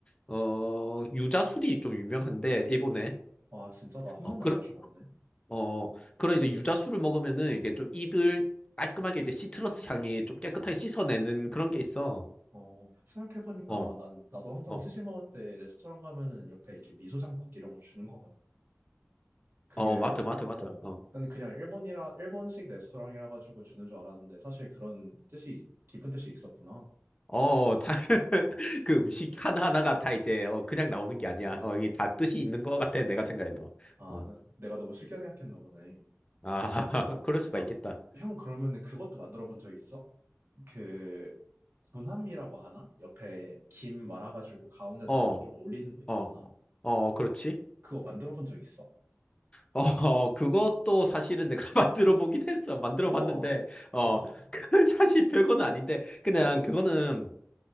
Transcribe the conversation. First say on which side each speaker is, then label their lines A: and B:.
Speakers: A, on the left (about 20°); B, on the right (about 50°).
A: 어, 유자술이 좀 유명한데, 일본에.
B: 아, 진짜 나 한
A: 어,
B: 번도
A: 그런,
B: 안 마셔봤네.
A: 어, 그런 이제 유자술을 먹으면은 이게 좀 입을 깔끔하게 이제 시트러스 향이 좀 깨끗하게 씻어내는 그런 게 있어.
B: 어, 생각해보니까
A: 어,
B: 난, 나도 항상
A: 어,
B: 스시 먹을 때 레스토랑 가면은 옆에 이렇게 미소 장국 이런 거 주는 것 같아. 그게
A: 어, 맞죠, 맞죠, 맞죠.
B: 어,
A: 어.
B: 난 그냥 일본이라 일본식 레스토랑이라 가지고 주는 줄 알았는데 사실 그런 뜻이 깊은 뜻이 있었구나.
A: 어, 어, 다, <laughs> 그 음식 하나하나가 다 이제, 어, 그냥 나오는 게 아니야. 어, 이게 다 뜻이 있는 것 같아, 내가 생각해도.
B: 아,
A: 어,
B: 나- 내가 너무 쉽게 생각했나 보네.
A: 아, <laughs> 그럴 수가
B: 형,
A: 있겠다.
B: 형 그러면은 그것도 만들어 본 적 있어? 그 군함이라고 하나? 옆에 김 말아가지고 가운데다가
A: 어, 어,
B: 좀 올리는 거 있잖아.
A: 어, 어, 그렇지.
B: 그거 만들어 본 적 있어?
A: 어, 어, 그것도 사실은 내가 <laughs> 만들어 보긴 했어. 만들어
B: 우와.
A: 봤는데, 어,
B: 어,
A: <laughs> 그 사실 별거는 아닌데, 그냥
B: 어,
A: 그거는